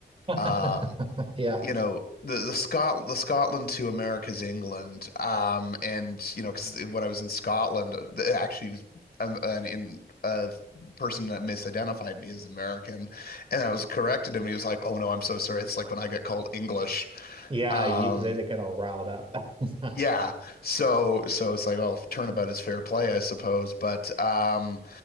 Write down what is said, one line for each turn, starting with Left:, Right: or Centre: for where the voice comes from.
Right: <laughs>
Left: Um,
Right: Yeah.
Left: you know the the Scot the Scotland to America's England. Um, and you know because when I was in Scotland, uh, th- actually it was um, an in a person that misidentified me as American, and I was corrected him. He was like, oh no, I'm so sorry. It's like when I get called English.
Right: Yeah,
Left: Um,
Right: you, they, they get all riled up. <laughs>
Left: yeah. So so it's like, well, turnabout is fair play, I suppose. But um